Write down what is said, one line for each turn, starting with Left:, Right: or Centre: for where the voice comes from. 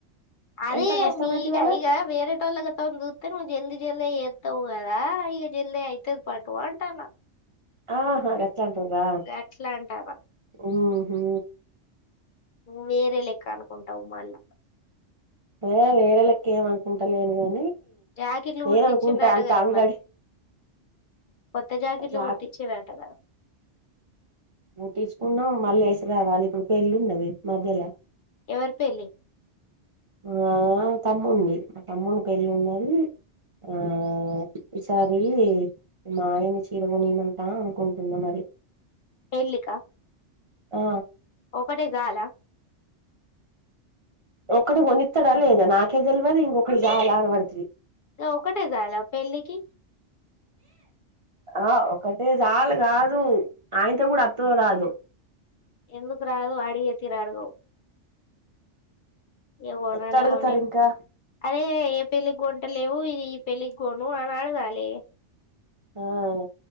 Left: అదే
Right: ఎంత కష్టమైతది
Left: ఈగ
Right: ఆడ
Left: ఈగ వేరే టోల్గా తందతే నువ్వు జల్ద జల్ద తవుదా ఈ జిల్ అయితుది పాటు అంటానా
Right: ఆహా గచ్చాంటురా
Left: గట్లా అంటానా
Right: ఉహు
Left: నువ్వు వేరే లెక్క అనుకుంటావు మళ్ళా
Right: అ వేర లక్క ఏం అనుకుంటా లేదు గాని
Left: జాకెట్లు
Right: నేను
Left: కుట్టించి
Right: అనుకుంటా
Left: అంటా
Right: అంత
Left: కదా
Right: అంగడి
Left: మరి కొత్త జాకెట్లు
Right: జాకి
Left: కుట్టించి అంట కదా
Right: తీసుకున్నాం మళ్ళీ వేసి రావాలి ఇప్పుడు పెళ్ళి ఉన్నది మధ్యలో
Left: ఎవరి పెళ్ళి
Right: ఆ తమ్ముడి మా తమ్ముడి పెళ్ళి ఉన్నది ఆ ఈసారి మా ఆయని చీర కొనియమంటా అనుకుంటున్నా మరి
Left: పెళ్లి కా
Right: ఆ
Left: ఒకటి చాలా
Right: ఒక్కటి కొనిస్తాడా లేదా నాకే తెలియదు ఇంకొకటి కావాలా అని పడుతది
Left: ఒ ఒకటే చాల పెళ్లికి <inaudible>
Right: ఆ ఒకటే చాలు కాదు ఆయనతో కూడా వత్తదో రాదో
Left: ఎందుకు రాదు అడిగే తీరు అడగవు ఏగోడానేగనే
Right: ఎట్లా అడుగుతారు ఇంకా
Left: అరే ఏ పెళ్లికి గొంట లేవు ఈ పెళ్లికి కొను అని అడగాలే
Right: ఆమ్